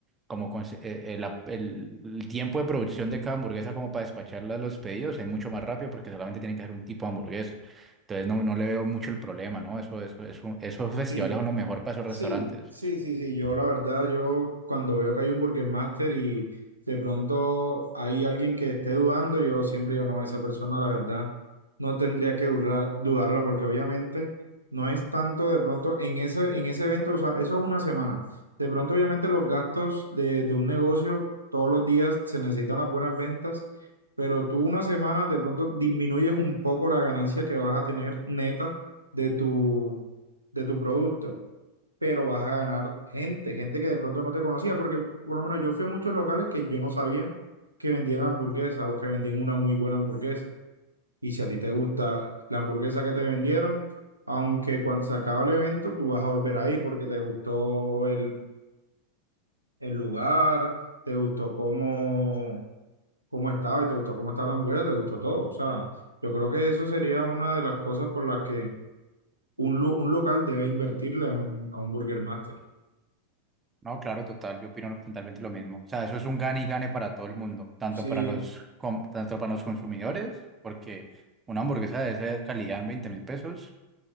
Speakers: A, on the right; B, on the right.
A: como conse- eh, eh, la- el, el tiempo de producción de cada hamburguesa como para despacharla a los pedidos es mucho más rápido porque solamente tienen que hacer un tipo de hamburguesa. Entonces no, no le veo mucho el problema, ¿no? Eso, eso, eso, esos festivales
B: Sí,
A: son lo mejor para esos restaurantes.
B: Sí, sí, sí, sí. Yo la verdad, yo cuando veo que hay un Burger Master y de pronto hay alguien que esté dudando, yo siempre digo, no, esa persona la verdad no tendría que durla- dudarla porque obviamente no es tanto de pronto en ese, en ese evento, o sea, eso es una semana. De pronto obviamente los gastos de, de un negocio, todos los días se necesitan las buenas ventas, pero tú una semana de pronto disminuyes un poco la ganancia que vas a tener neta de tu, de tu producto pero vas a ganar gente, gente que de pronto no te conocía, porque por lo menos yo fui a muchos locales que yo no sabía que vendían hamburguesas o que vendían una muy buena hamburguesa. Y si a ti te gusta la hamburguesa que te vendieron, aunque cuando se acaba el evento, tú vas a volver a ir porque te gustó el, el lugar, te gustó cómo, cómo estaba y te gustó cómo estaba la hamburguesa, te gustó todo. O sea, yo creo que eso sería una de las cosas por las que un, lu- un local debe invertirle a un, a un Burger Master.
A: No, claro, total, yo opino totalmente lo mismo. O sea, eso es un gane y gane para todo el mundo, tanto
B: Sí,
A: para los, com- tanto para los consumidores, porque una hamburguesa de esa calidad en veinte mil pesos,